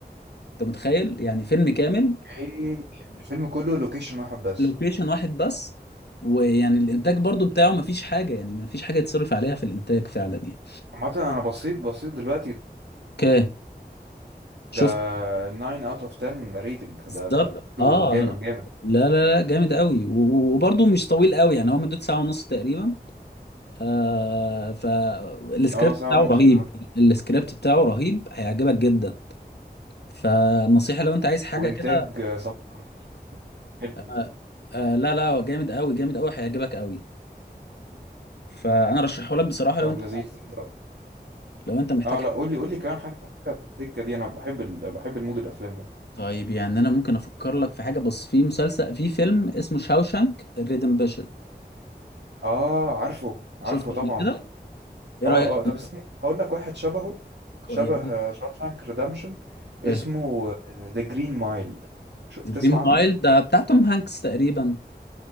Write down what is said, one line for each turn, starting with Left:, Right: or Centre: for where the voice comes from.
Left: انت متخيل يعني فيلم كامل
Right: ايه يعني الفيلم كله لوكيشن واحد بس
Left: لوكيشن واحد بس ويعني الانتاج برضو بتاعه مفيش حاجه يعني مفيش حاجه يتصرف عليها في الانتاج فعلا يعني
Right: عامة انا بصيت بصيت دلوقتي
Left: اوكي شفت
Right: ده 9 اوت اوف 10 ريتنج
Left: بالظبط
Right: ده ده حلو
Left: اه
Right: جامد جامد
Left: لا لا لا جامد قوي و- وبرضو مش طويل قوي يعني هو مدته ساعه ونص تقريبا آه فالسكريبت
Right: اه ساعة
Left: بتاعه
Right: ونص
Left: رهيب
Right: فعلا
Left: السكريبت بتاعه رهيب هيعجبك جدا فنصيحه لو انت عايز حاجه
Right: وانتاج
Left: كده
Right: آه، 57 حلو
Left: آه
Right: ده
Left: آه، لا لا هو جامد قوي جامد قوي هيعجبك قوي فانا رشحه لك بصراحه
Right: طب
Left: لو انت
Right: لذيذ طب.
Left: لو انت محتاج
Right: اه لا قول لي قول لي كمان حاجة حاجة في السكة دي انا بحب ال... بحب المود الافلام ده
Left: طيب يعني انا ممكن افكر لك في حاجه بس في مسلسل في فيلم اسمه شاوشانك ريدمبشن
Right: اه عارفه عارفه
Left: شفته
Right: طبعا
Left: قبل كده ايه
Right: اه
Left: رايك
Right: اه طب
Left: فيه؟
Right: استنى هقول لك واحد شبهه شبه
Left: آه، يا ريت
Right: شاوشانك ريدمشن اسمه
Left: اوكي
Right: ذا جرين مايل شو تسمع
Left: جرين
Right: عنه
Left: مايل ده بتاع توم هانكس تقريبا